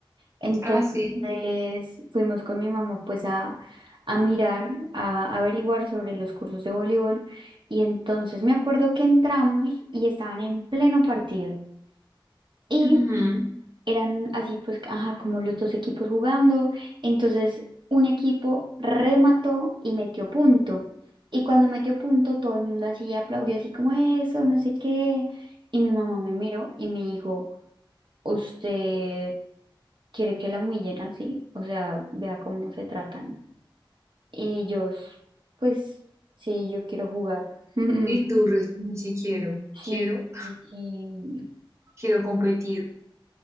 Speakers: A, on the right; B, on the right.
A: entonces
B: Ah, sí.
A: fuimos con mi mamá pues a, a mirar, a averiguar sobre los cursos de voleibol y entonces me acuerdo que entramos y estaban en pleno partido y
B: Ujú.
A: eran así pues, ajá, como los dos equipos jugando. Entonces un equipo remató y metió punto. Y cuando metió punto todo el mundo así aplaudió así como eso, no sé qué. Y mi mamá me miró y me dijo, ¿usted? quiere que la humillen así, o sea, vea cómo se tratan. Y ellos, pues, sí, yo quiero jugar. <laughs>
B: Y tú, Res, ni si quiero, quiero,
A: Sí, y, y-
B: quiero competir.